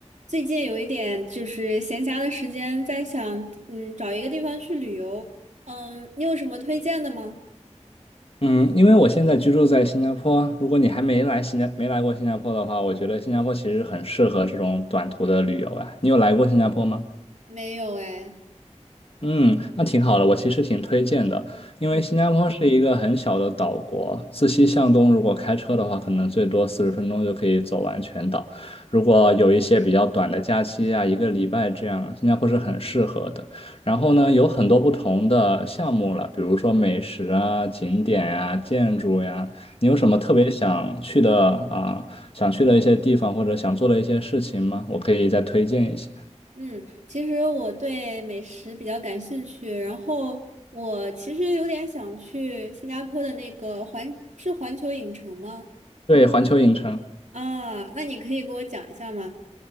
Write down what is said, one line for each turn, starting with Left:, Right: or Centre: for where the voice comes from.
Right: 最近有一点就是闲暇的时间，在想，嗯，找一个地方去旅游。嗯，你有什么推荐的吗？
Left: 嗯，因为我现在居住在新加坡，如果你还没来新加没来过新加坡的话，我觉得新加坡其实很适合这种短途的旅游啊。你有来过新加坡吗？
Right: 没有哎。
Left: 嗯，那挺好的，我其实挺推荐的，因为新加坡是一个很小的岛国，
Right: 嗯
Left: 自西向东，如果开车的话，可能最多四十分钟就可以走完全岛。如果有一些比较短的假期啊，一个礼拜这样，新加坡是很适合的。然后呢，
Right: 嗯
Left: 有很多不同的项目了，比如说美食啊、景点啊、建筑呀、你有什么特别想去的啊、
Right: 嗯
Left: 想去的一些地方或者想做的一些事情吗？我可以再推荐一些。
Right: 嗯，其实我对美食比较感兴趣，然后我其实有点想去新加坡的那个环，是环球影城吗？
Left: 对，环球影城。
Right: 啊，那你可以给我讲一下吗？